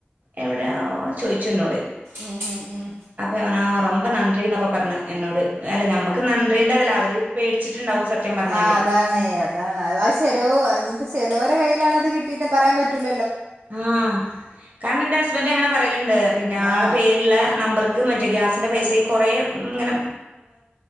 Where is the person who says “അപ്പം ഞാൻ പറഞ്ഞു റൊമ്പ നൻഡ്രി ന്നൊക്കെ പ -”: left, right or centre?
Right